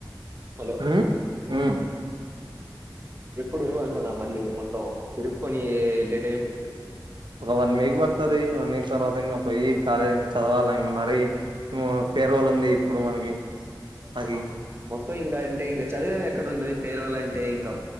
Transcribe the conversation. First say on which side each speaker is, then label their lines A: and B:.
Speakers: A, on the right; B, on the right.
A: హలో
B: ఉమ్ ఉమ్
A: ఎప్పుడు అంటునా మళ్ళీ మొత్తం తిరుక్కకుొని వెళ్ళే టైంకి
B: ఒక వన్ వీక్ పడుతుది వన్ వీక్ తర్వాత ఇంకా పోయి కాలేజీ ఇంకా చదవాలి ఇంకా మరి ఫేర్వాల్ ఉంది ఇప్పుడు మనకి నాకి
A: ఆహా మొత్తం ఇంగా ఎ ఇంక చదివేది ఎక్కడంటది ఫేర్వెల్ అంటే ఇంకా